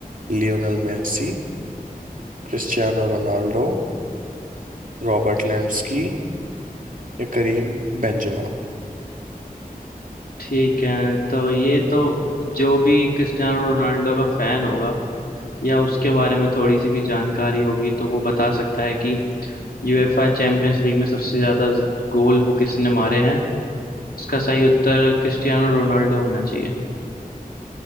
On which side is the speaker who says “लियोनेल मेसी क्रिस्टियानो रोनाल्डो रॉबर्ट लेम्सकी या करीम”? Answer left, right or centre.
Right